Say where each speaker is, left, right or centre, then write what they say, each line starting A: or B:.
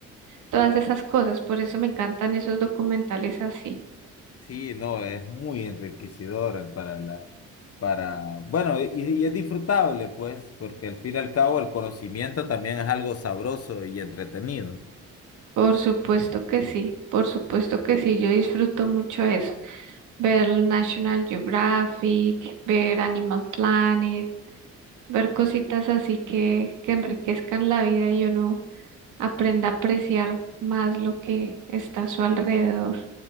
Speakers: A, on the right; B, on the left.
A: todas esas cosas, por eso me encantan esos documentales así.
B: Sí, no, es muy enriquecedor para la, para, bueno, y, y es disfrutable, pues, porque al fin y al cabo el conocimiento también es algo sabroso y entretenido.
A: Por supuesto que sí, por supuesto que sí, yo disfruto mucho eso. Ver el National Geographic, ver Animal Planet, ver cositas así que, que enriquezcan la vida y uno aprenda a apreciar más lo que está a su alrededor.